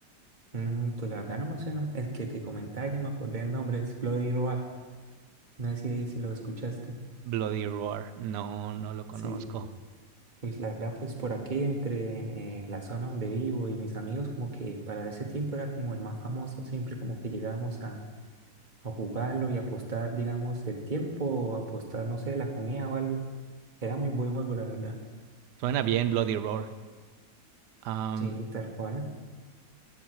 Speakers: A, on the right; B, on the right.
A: Mm, pues la verdad no me suena. El que te comentaba, ya me acordé el nombre, es Bloody Roar. No sé si, si lo escuchaste.
B: Bloody Roar, no, no lo conozco.
A: Sí, pues la verdad, pues por aquí, entre eh, la zona donde vivo y mis amigos, como que para ese tiempo era como el más famoso, siempre como que llegábamos a, a jugarlo y apostar, digamos, el tiempo, o apostar, no sé, la comida o algo. Era muy buen juego, la verdad.
B: Suena bien Bloody Roar. Am,
A: Sí, tal cual.